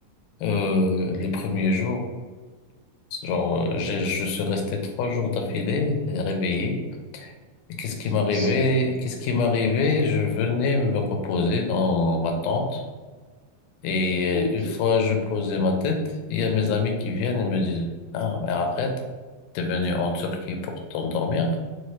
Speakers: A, on the left; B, on the right.
A: euh, les premiers jours. Genre, euh, je suis resté trois jours d'affilée euh, réveillé. Et qu'est-ce qui
B: Ça-
A: m'arrivait?
B: ça-
A: Qu'est-ce qui m'arrivait? Je venais me reposer dans ma tente. Et
B: Ok,
A: euh, une fois je posais ma tête, il y a mes amis qui viennent et me disent, Ah, mais arrête, t'es venu en Turquie pour t'endormir?